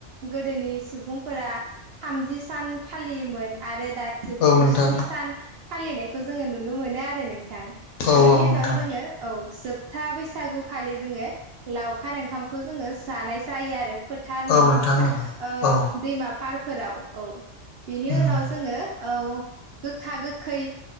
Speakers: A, on the right (about 65°); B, on the left (about 85°).
A: गोदोनि सुबुंफोरा थामजि सान फालियोमोन आरो दायो। गु
B: औ नोंथां
A: स्नि सान फालिनायखौ जोंङो नुनो मोनो आरो नोंथां
B: औ
A: बिनि
B: नोंथां
A: उनाव जोंङो औ जोबथा बैसागु खालि जोंङो लावखार ओंखामखौ जोंङो जानाय जायो आरो। थार
B: औ
A: नङाब्ला
B: नोंथां औ
A: ओ
B: औ
A: दैमा फारफोराव औ बेनि
B: उम
A: उनाव जोंङो औ गोखा गोखै